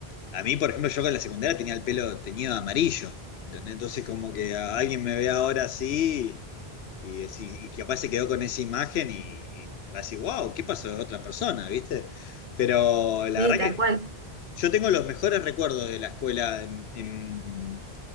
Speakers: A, on the left; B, on the right.
A: A mí, por ejemplo, yo con la secundaria tenía el pelo teñido de amarillo, ¿entendés? Entonces como que a alguien me ve ahora así. Y, es- y capaz se quedó con esa imagen y, y va a decir, wow, ¿qué pasó de otra persona? ¿Viste? Pero la
B: Sí,
A: verdad
B: tal
A: que
B: cual.
A: yo tengo los mejores recuerdos de la escuela. en- en-